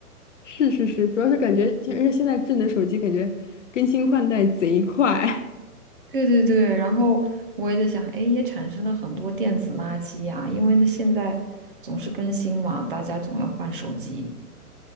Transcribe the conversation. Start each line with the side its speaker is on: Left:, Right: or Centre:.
Left: 是是是，主要是感觉，而且现在智能手机感觉更新换代贼快，
Right: 对对对，然后我也在想，哎，也产生了很多电子垃圾呀、因为呢现在总是更新嘛，大家总要换手机。